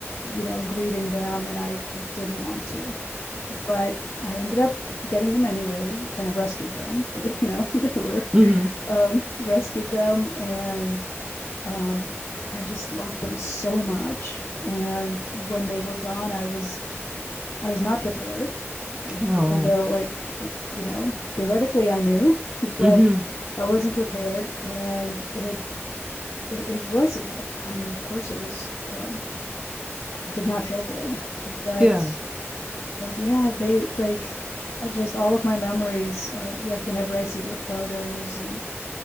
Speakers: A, on the left (about 70°); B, on the right (about 20°).
A: you know, grieving them and I didn't want to. But I ended up getting them anyway, kind of rescued them. <laughs> They, you know, <laughs> they were
B: Mm-hmm.
A: um rescued them and um and just loved them so much. And when they were gone, I was I was not prepared, even
B: Oh.
A: though, like, I, you know, theoretically I knew, <laughs> but
B: Mm-hmm.
A: I wasn't prepared. And it, it, it was, I mean, of course it was, um, did not feel good, but,
B: Yeah.
A: but yeah, they like, I just, all of my memories are like whenever I see their photos and